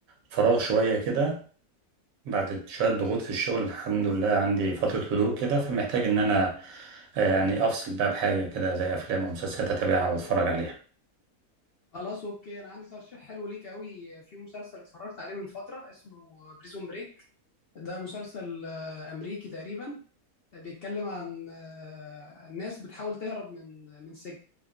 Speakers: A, on the right; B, on the left.
A: فراغ شويه كده بعد شويه ضغوط في الشغل الحمد لله عندي فتره هدوء كده فمحتاج ان انا آه، يعني افصل بقى بحاجه كده زي افلام او مسلسلات اتابعها واتفرج عليها
B: خلاص اوكي انا عندي ترشيح حلو ليك قوي في مسلسل اتفرجت عليه من فتره اسمه بريزون بريك ده مسلسل آه، امريكي تقريبا بيتكلم عن آه، الناس بتحاول تهرب من من سجن